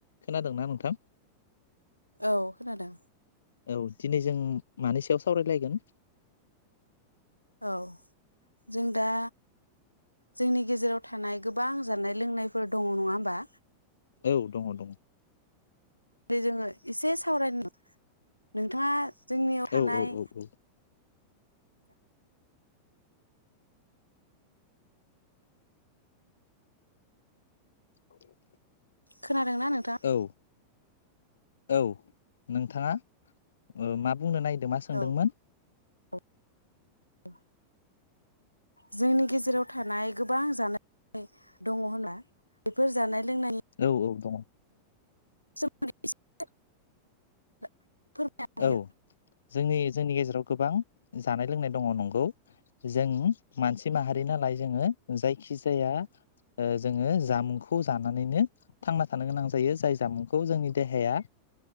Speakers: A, on the left; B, on the left.
A: खोनादों ना नोंथां?
B: औ खोनादों।
A: औ दिनै जों मानि सायाव सावरायलायगोन?
B: औ जों दा जोंनि गेजेराव थानाय गोबां जानाय लोंनायफोर दङ' नङा होमबा
A: औ दङ' दङ'
B: दे जोङो एसे सावरायनो नोंथाङा जोंनियाव थानाय
A: औ औ औ <inaudible>
B: खोनादों ना नोंथाङा?
A: औ औ नोंथाङा? ओ मा बुंनो नायदो मा सोंदोंमोन?
B: औ <inaudible> जोंनि गेजेराव थानाय गोबां जानाय दङ होनना बेफोर जानाय लोंनायनि
A: औ औ दङ।
B: सोमोन्दै एसे <unintelligible> फोरमायनानै
A: औ
B: हो
A: जोंनि जोंनि गेजेराव गोबां जानाय लोंनाय दङ नंगौ जों मानसि माहारि नालाय जोङो जाय खि जाया ओ जोङो जामुंखौ जानानैनो थांना थानो गोनां जायो। जाय जामुंखौ जोंनि देहाया